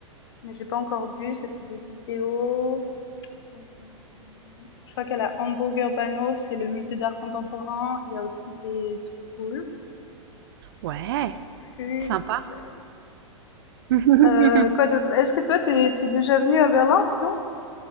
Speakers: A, on the left; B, on the right.
A: mais j'ai pas encore vu, ça c'est des vidéos. Hem, je crois qu'à la Hamburger Bahnhof, c'est le musée d'art contemporain, il y a aussi des trucs cool.
B: Ouais,
A: Je me souviens plus
B: sympa.
A: qui c'est.
B: <laughs>
A: Heu, quoi d'autre? Est-ce que toi t'es es déjà venu à Berlin sinon?